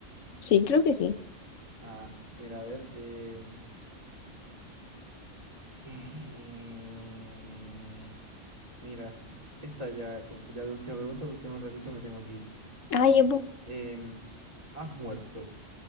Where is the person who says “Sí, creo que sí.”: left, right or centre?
Left